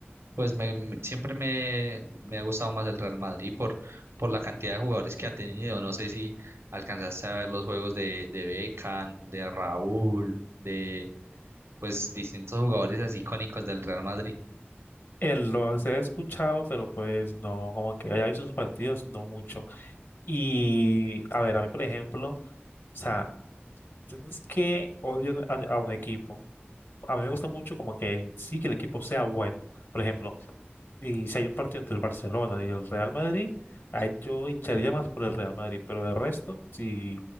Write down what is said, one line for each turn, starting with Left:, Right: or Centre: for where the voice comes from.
Right: Pues me, me- siempre me, me ha gustado más el Real Madrid por, por la cantidad de jugadores que ha tenido. No sé si alcanzaste a ver los juegos de, de Beckham, de Raúl, de pues distintos jugadores así icónicos del Real Madrid.
Left: Eh, los he escuchado, pero pues no, como que haya visto sus partidos, no mucho. Y, a ver, a mí, por ejemplo, o sea, yo no es que odio a, a un equipo. a mí me gusta mucho como que sí que el equipo sea bueno. Por ejemplo, y si hay un partido entre el Barcelona y el Real Madrid, ahí yo echaría más por el Real Madrid, pero de resto, si